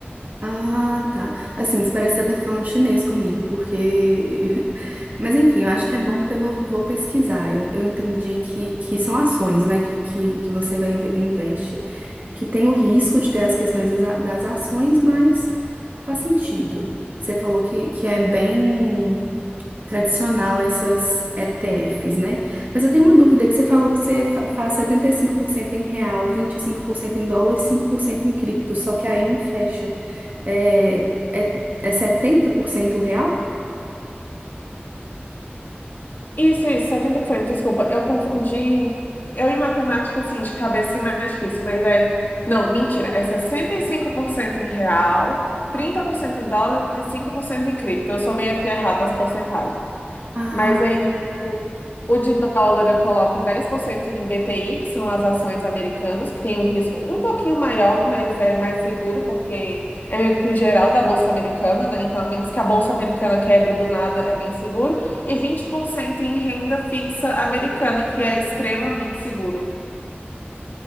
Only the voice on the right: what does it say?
Ah, tá. Assim, isso parece que você tá falando chinês comigo, porque. <laughs> Mas enfim, eu acho que é bom porque eu vou, vou pesquisar. Eu, eu entendi que, que são ações, né, que, que, que você vai inve- investe. que tem o risco de ter as questões das, a- das ações, mas faz sentido. Você falou que, que é bem tradicional essas ETFs, né? Mas eu tenho uma dúvida que você falou que você fa- faz 75% em real, 25% em dólar e 5% em cripto, só que aí não fecha. É, é, é 70% real?
Ah,